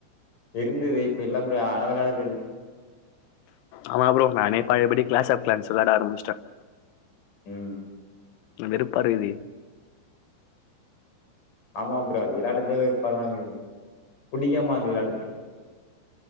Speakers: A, on the left (about 45°); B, on the left (about 80°).
A: இருந்தது இப்ப இல்ல ப்ரோ யாரு வெள்ளாட்ரது இல்ல
B: ஆமா ப்ரோ நானே பழையபடி கிளாஸ் ஆப் கிளான்ஸ் வெளாட ஆரம்பிச்சுட்டே
A: ம்
B: வெறுப்பா இருக்குது
A: ஆமா ப்ரா விடாதவே வெருப்பாதா இக்குது புடிக்கமாட்து விளாடத்துகே <inaudible>